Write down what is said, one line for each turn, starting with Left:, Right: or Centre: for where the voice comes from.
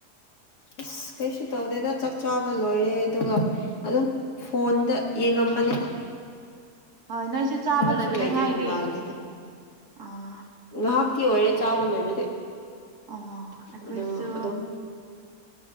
Left: ꯑꯁ ꯀꯩꯁꯨ ꯇꯧꯗꯦꯗ ꯆꯥꯛ ꯆꯥꯕ ꯂꯣꯏꯔꯦ ꯑꯗꯨꯒ ꯑꯗꯨꯝ ꯐꯣꯟꯗ ꯌꯦꯡꯉꯝ꯫ ꯃꯅꯤꯗ‌꯫
Right: ꯍꯣꯏ ꯅꯣꯏꯁꯨ ꯆꯥꯕ
Left: ꯊꯕꯛꯁꯨ
Right: ꯂꯣꯏꯕꯗ
Left: ꯂꯩꯇꯦ
Right: ꯉꯥꯏꯔꯦ
Left: ꯅꯨꯡꯗꯥꯡꯗꯗꯤ
Right: ꯑꯥ
Left: ꯉꯥꯍꯥꯛ꯫ ꯇꯤ ꯑꯣꯏꯔꯦ ꯆꯥꯕ ꯂꯣꯏꯕꯗꯤ
Right: ꯑꯣ ꯑꯩꯈꯣꯏꯁꯨ
Left: ꯑꯗꯨ ꯑꯗꯨꯝ꯫